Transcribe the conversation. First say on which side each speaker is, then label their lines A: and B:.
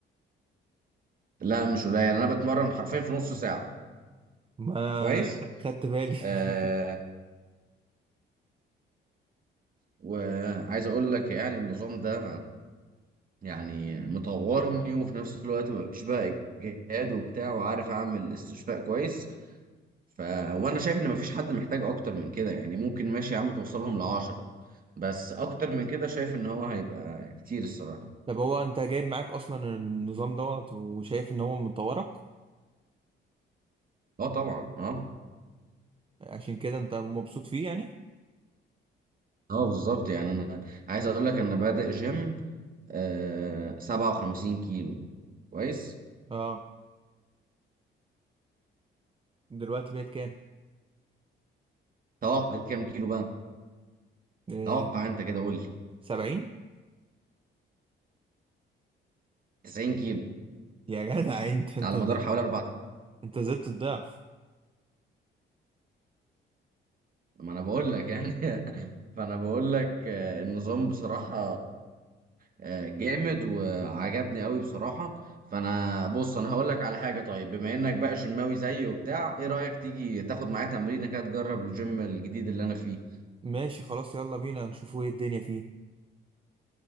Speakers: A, on the right; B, on the right.
A: لا مش قليل يعني انا بتمرن حرفيا في نص ساعه
B: <laughs> ما
A: كويس
B: أنا خدت بالي <laughs>
A: آه... وعايز اقول لك يعني النظام ده يعني مطورني وفي نفس الوقت مفيش بقى اجهاد وبتاع وعارف اعمل استشفاء كويس ف... وانا شايف ان مفيش حد محتاج اكتر من كده يعني ممكن ماشي يا عم توصلهم لعشرة بس اكتر من كده شايف ان هو هيبقى كتير الصراحة
B: طب هو انت جايب معاك اصلا النظام دوت وشايف ان هو مطورك
A: اه طبعا اه
B: عشان كده انت مبسوط فيه يعني
A: اه بالظبط يعني انا عايز اقول لك انا بادئ جيم آه 57 كيلو كويس
B: اه دلوقتي بقت كام
A: توقع كام كيلو بقى
B: آه،
A: توقع انت كده قول لي
B: سبعين
A: 90 كيلو
B: يا جدع انت انت
A: على مدار حوالي اربع سنين.
B: انت زدت الضعف
A: ما انا بقول لك يعني <laughs> فانا بقول لك آه، النظام بصراحة آه، جامد وعجبني قوي بصراحة فانا بص انا هقول لك على حاجة طيب بما انك بقى جيماوي زيي وبتاع ايه رأيك تيجي تاخد معايا تمرينة كده تجرب الجيم الجديد اللي انا فيه
B: ماشي خلاص يلا بينا نشوف ايه الدنيا فيه